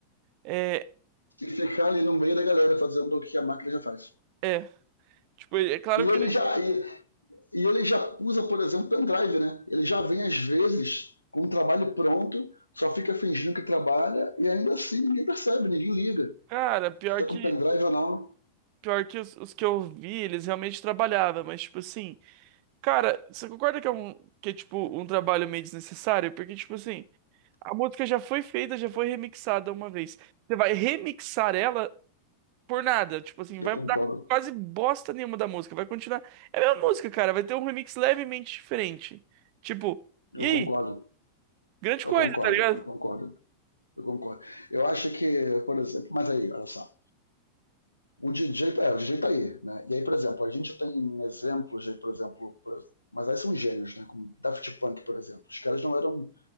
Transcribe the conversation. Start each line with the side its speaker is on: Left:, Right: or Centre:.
Right: É,
Left: E ficar ali no meio da galera fazendo o que a máquina já faz.
Right: é. Tipo, é claro
Left: E ele
Right: que ele.
Left: já, e, e ele já usa, por exemplo, pendrive, né? Ele já vem, às vezes, com um trabalho pronto, só fica fingindo que trabalha e ainda assim ninguém percebe, ninguém liga.
Right: Cara, pior
Left: Se tá
Right: que.
Left: com pendrive ou não,
Right: Pior que os, os que eu vi, eles realmente trabalhavam, mas tipo assim. Cara, você concorda que é um que é tipo um trabalho meio desnecessário? Porque tipo assim, a música já foi feita, já foi remixada uma vez. Você vai remixar ela por nada, tipo assim,
Left: eu
Right: vai
Left: concordo.
Right: mudar quase bosta nenhuma da música, vai continuar. É a mesma música, cara, vai ter um remix levemente diferente. Tipo,
Left: Eu
Right: e aí?
Left: concordo.
Right: Grande
Left: Eu
Right: coisa,
Left: concordo.
Right: tá ligado?
Left: Eu concordo. Eu concordo. Eu acho que, por exemplo, mas aí, olha só. O DJ, é, o DJ tá aí, né? E aí, por exemplo, a gente tem exemplos de, por exemplo, por- mas aí são gênios, né? Como Daft Punk, por exemplo. Os caras não eram